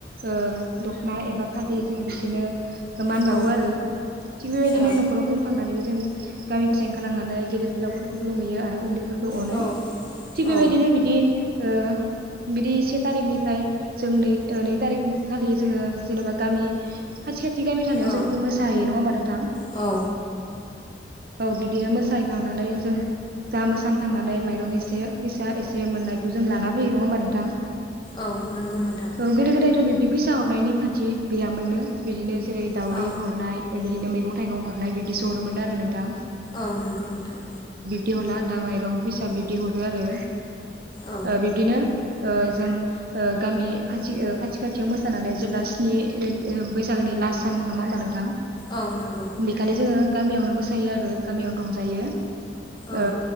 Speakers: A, on the right (about 50°); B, on the left (about 25°).
A: ओ दख'ना एबा फालि बिजों बिदिनो मान बावो
B: औ
A: आरो थिग बेबायदिनो
B: औ
A: नख'राव खुलुमखां नानै जों गामि फारसे ओंखारलांनानै गेदेर गोलावफोरखौ खुुलुमहैयो आरो उन्दैफोर खौ अनो
B: औ
A: थिग
B: औ
A: बेबायदिनो बिदि ओ बिदि से थारिखनिफ्राय जों नै ओ नै थारिख खालि जोङो जेनेबा गामि खाथि खाथि गामि थानायाव
B: औ
A: जों मोसाहैयो नङा होमबा नों
B: औ
A: औ बिदिनो मोसाहैखांनानै जों जा मोसानो थांनानै माइरं एसे फैसा एसे मोननायखौ जों लाना फैयो नङा होमबा नोंथां?
B: औ नंगौ नोंथां।
A: औ गोदो गोदायथ' बिब्दि फैसा हरनाय नेमखान्थि गैयामोननो बिदिनो जेरै दावदै
B: औ
A: हरनाय बिदिनो मै मैगं थाइगं हरनाय बिदिसो हरोमोननो आरो नोंथां।
B: औ नंगौ नोंथां।
A: बिदि हरला दा माइरं फैसा दा बिदि हरो आरो
B: औ
A: बिदिनो ओ जों ओ गामि खा खाथि खाथियाव मोसानानै जेब्ला स्नि बैसागोनि लास्ट सान नङा होमबा नोंथां?
B: औ नंगौ
A: बेखालि जोङो गामियावनो मोसायो आरो गामियावनो रंजायो
B: औ
A: ओ